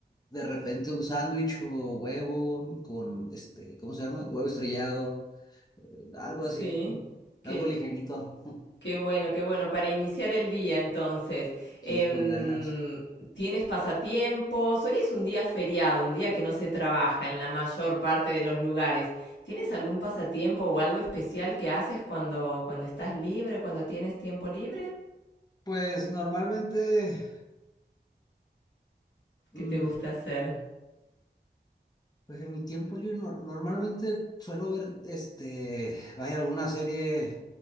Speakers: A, on the left; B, on the left.
A: de repente un sándwich o huevo con, este, ¿cómo se llama? Huevo estrellado, eh, algo
B: Sí.
A: así, <laughs>
B: ¿Qué,
A: algo ligerito,
B: Qué bueno, qué bueno. Para iniciar el día, entonces,
A: sí,
B: em,
A: con ganas.
B: ¿tienes pasatiempos? Hoy es un día feriado, un día que no se trabaja en la mayor parte de los lugares. ¿Tienes algún pasatiempo o algo especial que haces cuando, cuando estás libre, cuando tienes tiempo libre?
A: Pues normalmente, mm,
B: ¿Qué te gusta hacer
A: Pues en mi tiempo libre nor- normalmente suelo ver, este, vaya, alguna serie